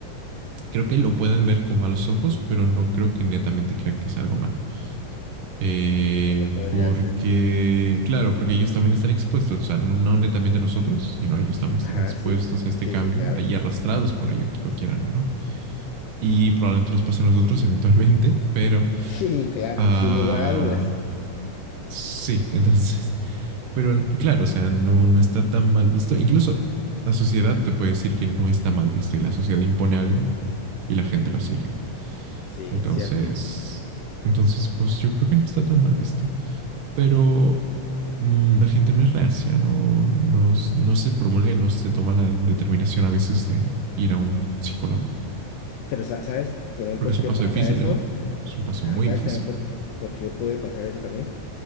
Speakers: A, on the right; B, on the left.
A: Creo que lo pueden ver con malos ojos, pero no creo que netamente crean que es algo malo. Eh,
B: Bueno, podría
A: porque,
B: ser, sí.
A: claro, porque ellos también están expuestos, o sea, no, no netamente a nosotros, sino ellos también están
B: Ajá,
A: expuestos
B: sí,
A: a este
B: sí,
A: cambio
B: sí, claro.
A: y arrastrados
B: <laughs>
A: por ello, que lo quieran o no. Y probablemente nos pase a nosotros <laughs> eventualmente, pero
B: Sí, claro,
A: ah,
B: sin lugar a dudas.
A: sí, <laughs> entonces, pero claro, o sea, no, no está tan mal visto. Incluso la sociedad te puede decir que no está mal visto y la sociedad impone algo y la gente lo sigue.
B: Sí,
A: Entonces,
B: es cierto.
A: entonces, pues yo creo que no está tan mal visto. pero mm, la gente no es reacia, no, no, s- no se promulga, no se toma la determinación a veces de ir a un psicólogo,
B: Pero, sa- ¿sabes también
A: porque
B: por
A: es
B: qué
A: un paso
B: pasa
A: difícil,
B: eso?
A: ¿eh? Es un paso
B: Ah,
A: muy
B: ¿sabes
A: difícil.
B: también por, por qué puede pasar eso también?